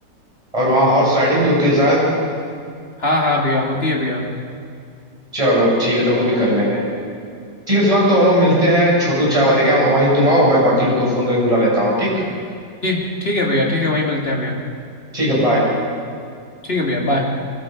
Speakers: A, on the right; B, on the left.
A: और वहाँ हॉर्स राइडिंग भी होती है शायद
B: हाँ हाँ भैया होती है भैया
A: चलो ठीक है तो वो भी कर लेंगे ठीक है शिवांग तो हम लोग मिलते हैं छोटू चाय वाले के यहाँ वहीं तुम आओ मैं बाकी लोग को फोन करके बुला लेता हूँ ठीक
B: ठीक ठीक है भैया ठीक है वहीं मिलते हैं भैया
A: ठीक है बाय
B: ठीक है भैया बाय